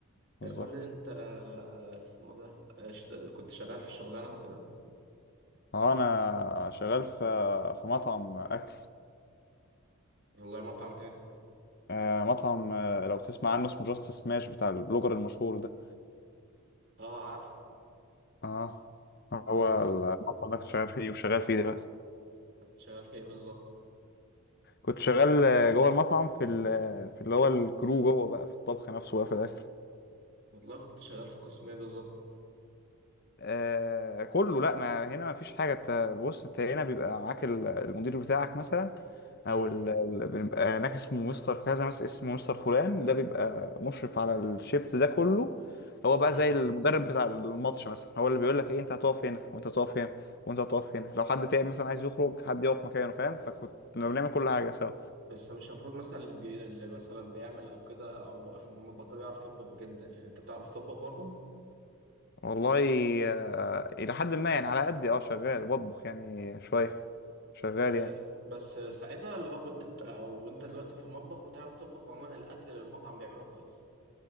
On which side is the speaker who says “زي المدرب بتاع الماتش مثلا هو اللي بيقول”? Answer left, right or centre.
Left